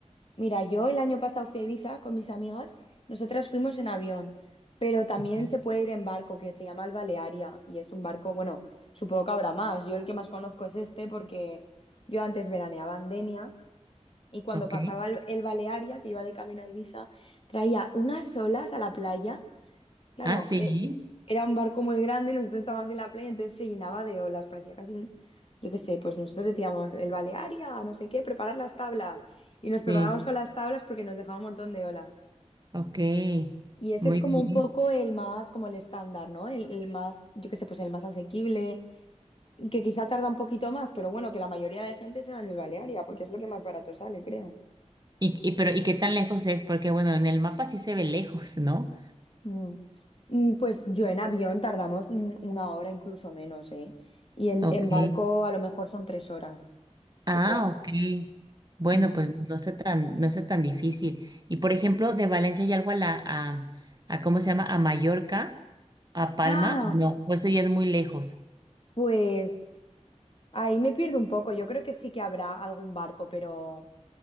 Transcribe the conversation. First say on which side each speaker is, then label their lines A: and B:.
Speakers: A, on the left; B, on the right.
A: Mira, yo el año pasado fui a Ibiza con mis amigas, nosotras fuimos en avión, pero también
B: Ok,
A: se puede ir en barco que se llama el Balearia y es un barco, bueno, supongo que habrá más, yo el que más conozco es este porque yo antes veraneaba en Denia y cuando
B: ok.
A: pasaba el, el Balearia, que iba de camino a Ibiza, traía unas olas a la playa Claro,
B: Ah, sí,
A: e- era un barco muy grande y nosotros estábamos en la playa, entonces se llenaba de olas, parecía casi un, yo qué sé, pues nosotros decíamos, el Balearia, no sé qué, preparar las tablas. Y nos preparamos
B: sí,
A: con las tablas porque nos dejaba un montón de olas.
B: ok.
A: Y ese
B: Muy
A: es como
B: bien.
A: un poco el más, como el estándar, ¿no? El, el más, yo qué sé, pues el más asequible, y que quizá tarda un poquito más, pero bueno, que la mayoría de gente se va en el Balearia, porque es lo que más barato sale, creo.
B: Y, y pero, ¿y qué tan lejos es? Porque bueno, en el mapa sí se ve lejos, ¿no?
A: Mm. Mm, Pues yo en avión tardamos mm, una hora, incluso menos, ¿eh? Y en,
B: Ok.
A: en barco a lo mejor son tres horas
B: Ah,
A: o cuatro.
B: ok. Bueno,
A: Mm.
B: pues no está tan, no está tan difícil. Y por ejemplo, de Valencia y algo a la, a, a ¿cómo se llama? A Mallorca, a Palma,
A: Ah,
B: no, o eso ya es muy lejos.
A: pues ahí me pierdo un poco. Yo creo que sí que habrá algún barco, pero,